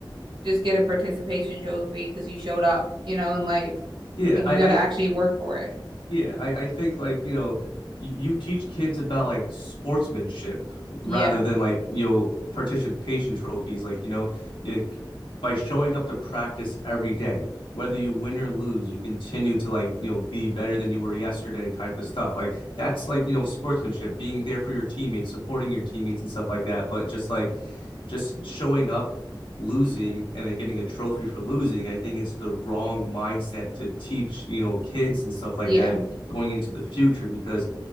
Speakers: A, on the right; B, on the left.
A: just get a participation trophy because you showed up, you know, in life.
B: Yeah,
A: Like you
B: I
A: got to
B: I
A: actually work for it.
B: Yeah, I, I think like, you know, you, you teach kids about like sportsmanship
A: Yeah.
B: rather than like, you know, participation trophies. Like, you know, like by showing up to practice every day, whether you win or lose, you continue to like, you know, be better than you were yesterday type of stuff. Like that's like, you know, sportsmanship, being there for your teammates, supporting your teammates and stuff like that. But just like, just showing up, losing, and then getting a trophy for losing. I think it's the wrong mindset to teach, you know, kids and stuff like
A: Yeah.
B: that going into the future because